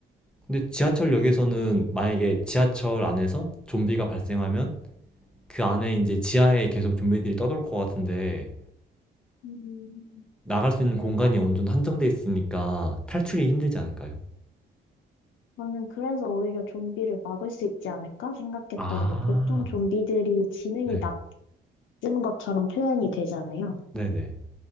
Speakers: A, in the centre; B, on the left.
A: 근데 지하철역에서는 만약에 지하철 안에서 좀비가 발생하면 그 안에 이제 지하에 계속 좀비들이 떠돌 것 같은데
B: 음,
A: 나갈 수 있는 공간이 어느 정도 한정돼 있으니까 탈출이 힘들지 않을까요?
B: 저는 그래서 오히려 좀비를 막을 수 있지 않을까 생각했던
A: 아,
B: 게 보통 좀비들이 지능이
A: 네.
B: 낮은 것처럼 표현이 되잖아요.
A: 네네.